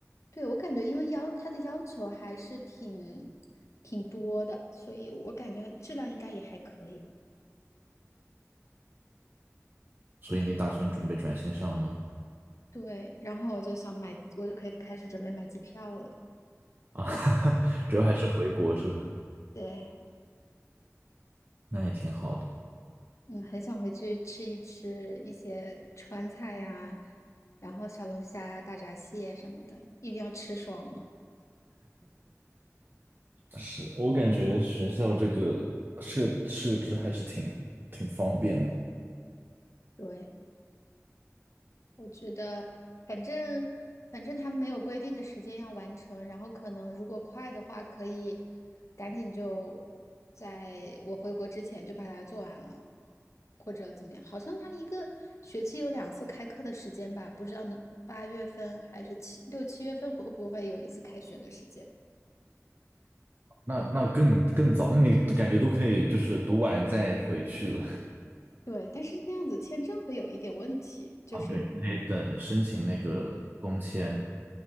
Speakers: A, on the left; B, on the right.
A: 对，我感觉，因为要它的要求还是挺挺多的，所以我感觉质量应该也还可以。
B: 所以你打算准备转线上吗？
A: 对，然后我就想买，我就可以开始准备买机票了。
B: 啊，<laughs> 主要还是回国是吧？
A: 对，
B: 那也挺好的。
A: 嗯，很想回去吃一吃一些川菜呀，然后小龙虾、大闸蟹什么的，一定要吃爽了。
B: 是我感觉学校这个设设置还是挺挺方便的。
A: 对，我觉得，反正反正他没有规定的时间要完成，然后可能如果快的话，可以赶紧就在我回国之前就把它做完了，或者怎么样？好像他一个学期有两次开课的时间吧，不知道能八月份还是七六七月份会不会有一次开学的时间？
B: 那那更更早，那你感觉都可以，就是读完再回去了
A: 对，但是那样子签证会有一点问题，就是
B: 啊？对，你得等申请那个工签，